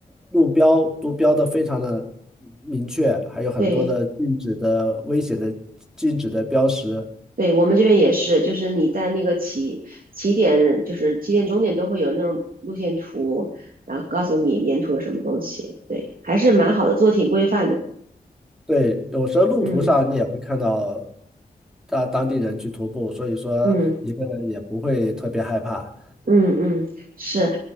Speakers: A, in the centre; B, on the right.
A: 路标都标的非常的明确，还有很多的禁止的危险的禁止的标识。
B: 对对，我们这边也是，就是你在那个起起点，就是起点终点都会有那种路线图，然后告诉你沿途有什么东西。对，还是蛮好的，做得挺规范的。
A: 对，有时候路途上你也会看到
B: 嗯
A: 大当地人去徒步，所以说一个人也不会特别害怕。
B: 嗯。嗯嗯，是，